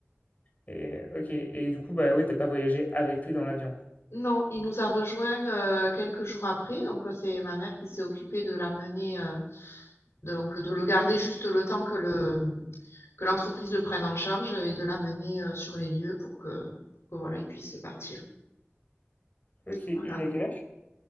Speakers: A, on the left; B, on the left.
A: Et euh, ok, et du coup, bah oui, t'as pas voyagé avec lui dans l'avion.
B: Non, il nous a rejoint euh, quelques jours après, donc euh, c'est ma mère qui s'est occupée de l'amener, euh, de- donc de le garder juste le temps que le que l'entreprise le prenne en charge et de l'amener euh, sur les lieux pour que, que voilà, il puisse partir.
A: Ok, il
B: Voilà.
A: a quel âge?